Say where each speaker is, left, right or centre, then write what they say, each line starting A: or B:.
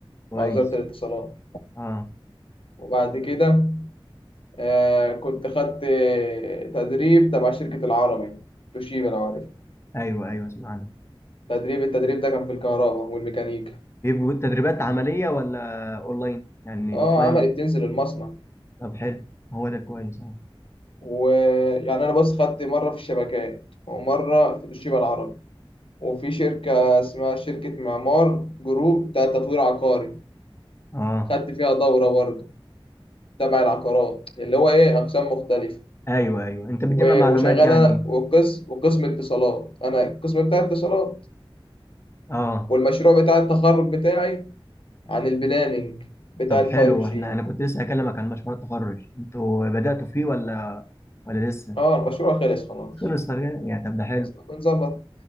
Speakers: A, on the left (about 30°); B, on the left (about 70°).
A: كويس
B: مع وزاره الاتصالات
A: اه
B: وبعد كده آه كنت خدت تدريب تبع شركة العربي توشيبا لو عارف
A: ايوه ايوه اسمع عنها
B: تدريب التدريب ده كان في الكهرباء والميكانيكا
A: بيبقوا تدريبات عملية ولا اونلاين يعني
B: اه
A: اوفلاين
B: عملي
A: ولا
B: بتنزل المصنع
A: طب حلو هو ده كويس اه
B: ويعني انا بس خدت مرة في الشبكات ومرة في توشيبا العربي وفي شركة اسمها شركة معمار جروب بتاع تطوير عقاري
A: اه
B: خدت فيها دورة برضه تبع العقارات اللي هو ايه اقسام مختلفة
A: ايوه ايوه انت بتجمع
B: و-
A: معلومات
B: وشغال
A: يعني
B: انا وقسم وقسم اتصالات انا القسم بتاع اتصالات
A: اه
B: والمشروع بتاع التخرج بتاعي عن البلاننج بتاع
A: طب
B: الفايف
A: حلو
B: جي
A: احنا انا كنت لسه هكلمك عن مشروع التخرج انتوا بدأتوا فيه ولا ولا لسه
B: اه المشروع خلص خلاص
A: خلص طب يعني طب ده حلو
B: اصلا بنظبط